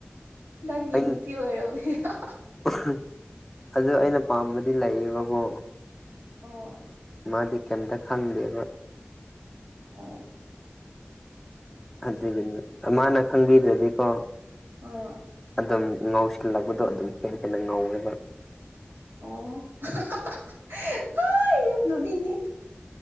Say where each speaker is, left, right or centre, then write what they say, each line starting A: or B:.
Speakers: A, on the right; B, in the centre.
A: ꯅꯪꯒꯤ
B: ꯑꯩ
A: ꯅꯨꯄꯤ ꯑꯣꯏꯔꯕꯌꯥ <unintelligible>
B: <unintelligible> ꯑꯗꯨ ꯑꯩꯅ ꯄꯥꯝꯕꯗꯤ ꯂꯩꯌꯦꯕꯀꯣ
A: ꯑꯣ
B: ꯃꯥꯗꯤ ꯀꯩꯝꯇ ꯈꯪꯗꯦꯕ
A: ꯑꯣ
B: ꯑꯗꯨꯒꯤꯅꯤ ꯃꯥꯅ ꯈꯪꯕꯤꯗ꯭ꯔꯗꯤꯀꯣ
A: ꯑꯣ
B: ꯑꯗꯨꯝ ꯉꯥꯎꯁꯤꯜꯂꯛꯄꯗꯣ ꯑꯗꯨꯝ ꯍꯦꯟꯅ ꯍꯦꯟꯅ ꯉꯥꯎꯋꯦꯕ
A: ꯑꯣ <unintelligible> ꯑꯩ ꯌꯥ ꯅꯨꯛꯅꯤꯡꯉꯤ